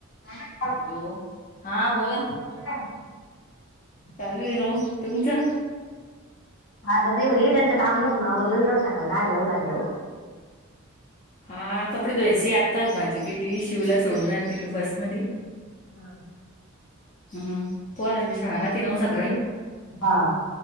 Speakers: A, on the left; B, on the left.
A: झालं काम
B: हॅलो. हा बोला.
A: काम आवरलं का?
B: चालू आहे ओ. तुमचं?
A: अर्धा <unintelligible> त्यांचं काम <unintelligible> आवरल नाही सकाळच <unintelligible>
B: हा कपडे धुवायचे आत्ताच भाजी केली शिवला सोडून आली तिकडे बसमधी
A: <unintelligible>
B: हम्म पोरांची शाळा नव्हती ना ओ सकाळी?
A: हा